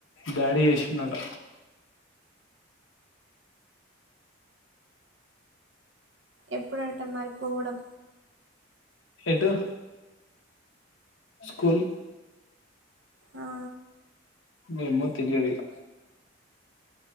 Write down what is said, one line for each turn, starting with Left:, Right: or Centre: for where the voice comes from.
Left: డాడీకి చేసిడంట
Right: ఎప్పుడంట మరిపోవడం
Left: ఎటు స్కూల్
Right: ఆ
Left: ఏమ్మో తెలియదు ఇక